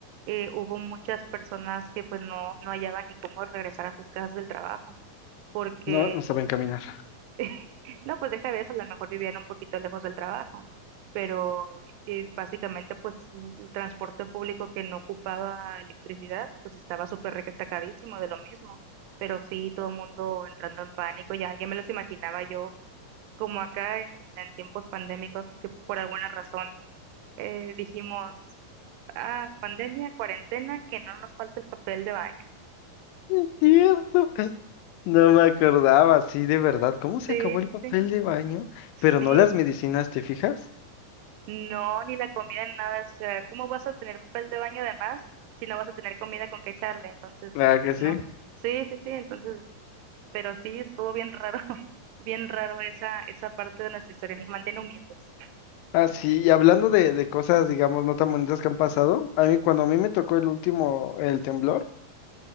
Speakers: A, on the right; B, on the left.
A: eh, hubo muchas personas que pues no, no hallaban ni cómo regresar a sus casas del trabajo, porque
B: No, no saben caminar.
A: <laughs> No, pues deja de eso, a lo mejor vivían un poquito lejos del trabajo, pero eh, básicamente pues el transporte público que no ocupaba electricidad, pues estaba súper recatacadísimo de lo mismo, pero sí todo el mundo entrando en pánico, ya, ya me los imaginaba yo como acá en, en tiempos pandémicos que por alguna razón eh, dijimos, ah, pandemia, cuarentena, que no nos falta el papel de baño.
B: Es cierto. No me acordaba, sí, de verdad. ¿Cómo se
A: Sí,
B: acabó
A: sí,
B: el papel
A: sí.
B: de baño? Pero
A: Sí,
B: no las medicinas, ¿te fijas?
A: No, ni la comida, ni nada. O sea, ¿cómo vas a tener papel de baño además si no vas a tener comida con qué echarle? Entonces,
B: Claro
A: pues
B: que
A: no.
B: sí.
A: Sí, sí, sí, entonces, pero sí, estuvo bien raro, <laughs> bien raro esa, esa parte de nuestra historia. Nos mantiene humildes.
B: Ah, sí, y hablando de, de cosas, digamos, no tan bonitas que han pasado, a mí cuando a mí me tocó el último, el temblor,